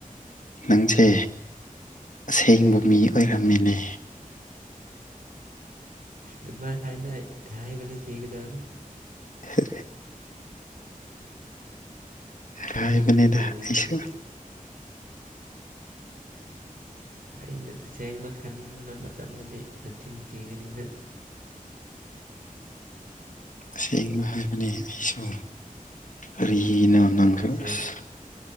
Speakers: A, on the left; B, on the right.
A: ꯅꯪꯁꯦ ꯑꯁꯦꯡꯕ ꯃꯤ ꯑꯣꯏꯔꯝꯃꯤꯅꯦ
B: ꯗꯨꯃꯥꯏ ꯍꯥꯏꯅꯔꯗꯤ ꯏꯀꯥꯏꯕꯅꯥ ꯁꯤꯒꯤ ꯇꯧꯏ
A: ꯐ ꯍꯥꯏꯕꯅꯤꯗ
B: ꯑꯪꯒꯤ ꯃꯔꯤꯗ
A: ꯑꯩꯁꯨ
B: <inaudible> ꯑꯩꯅ ꯇꯁꯦꯡꯕ ꯈꯟꯕ ꯃꯇꯝꯗꯗꯤ ꯅꯊꯤꯟ ꯊꯤꯒꯅꯤꯅ
A: ꯑꯁꯦꯡꯕ ꯍꯥꯏꯕꯅꯤ ꯑꯩꯁꯨ ꯀꯔꯤꯅꯣ ꯅꯪꯁꯦ
B: ꯏꯁꯦꯡ
A: ꯑꯁ